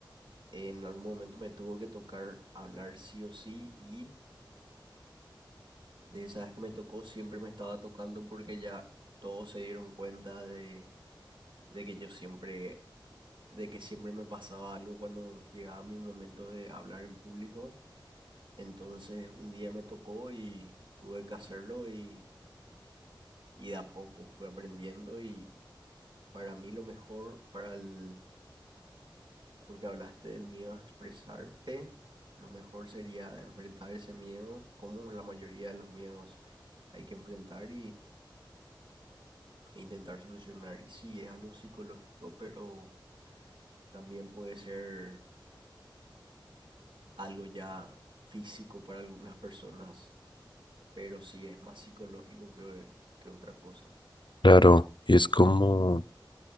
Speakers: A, on the right (about 75°); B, on the left (about 70°).
A: en algún momento me tuvo que tocar hablar sí o sí y De esas que me tocó, siempre me estaba tocando porque ya todos se dieron cuenta de, de que yo siempre, de que siempre me pasaba algo cuando llegaba mi momento de hablar en público. Entonces un día me tocó y tuve que hacerlo y, y de a poco fui aprendiendo y para mí lo mejor, para el, porque hablaste del miedo a expresarte, lo mejor sería enfrentar ese miedo como la mayoría de los miedos hay que enfrentar e intentar solucionar. Y sí, es algo psicológico, pero también puede ser algo ya físico para algunas personas, pero sí es más psicológico que, que otra cosa.
B: Claro, y es como,